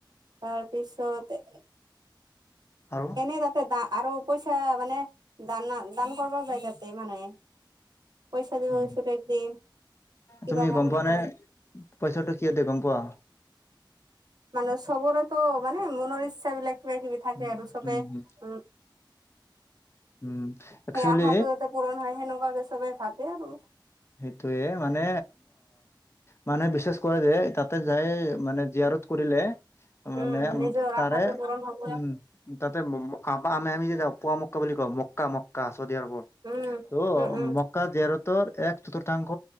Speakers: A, on the right (about 55°); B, on the left (about 30°).
A: তাৰপিছত।
B: আৰু
A: এনেই তাতে দা আৰু পইচাঁ মানে দানা দান কৰিব যায় তাতে মানুহে পইচাঁ দিব
B: উম
A: গৈছিলো একদিন। কিবা
B: তুমি
A: কাৰণত
B: গম পোৱা নে
A: আৰু
B: পইচাঁটো কিয় দিয়ে গম পোৱা?
A: মানে চবৰেতো মানে মনৰ ইচ্ছাবিলাক কিবা কিবি থাকে
B: উম
A: আৰু চবে
B: উম
A: উ
B: উম একচুৱেলি
A: সেই আশাটো যাতে পূৰণ হয় সেনেকুৱাকে চবেই ভাবে আৰু।
B: সেইটোয়ে মানে মানুহে বিশ্বাস কৰে যে তাতে যায় মানে জীয়াৰ কৰিলে মানে
A: উম নিজৰ
B: তাৰে
A: আশাটো পূৰণ হব
B: উম তাতে আমা আমি যে পোৱামক্কা বুলি কওঁ মক্কা মক্কা চৌদিয়া অবৰ
A: উম
B: ত'
A: উম উম
B: মক্কা জীয়াৰতৰ এক চতুৰ্থাংশ